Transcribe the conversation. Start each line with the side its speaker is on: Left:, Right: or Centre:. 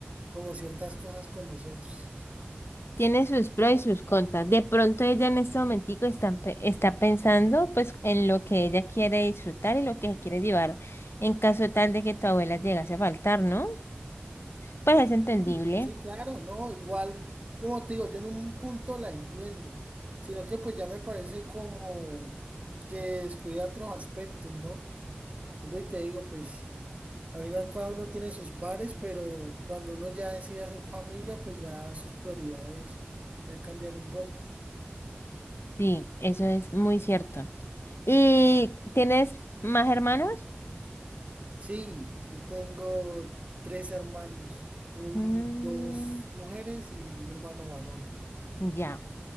Right: como ciertas cosas con nosotros.
Left: Tiene sus pros y sus contras. De pronto ella en este momentico está, pe- está pensando pues en lo que ella quiere disfrutar y lo que quiere llevar en caso tal de que tu abuela llegase a faltar, ¿no? Pues es entendible.
Right: Sí, sí, claro, no, igual, como te digo, yo en un punto la entiendo, sino que pues ya me parece como que descuida otros aspectos, ¿no? Siempre te digo, pues, al final cada uno tiene sus pares, pero cuando uno ya decide hacer familia, pues ya sus prioridades ya cambian un poco.
Left: Sí, eso es muy cierto. ¿Y tienes más hermanos?
Right: Sí, yo tengo tres hermanos, un,
Left: Mm,
Right: dos mujeres y un hermano varón.
Left: ya.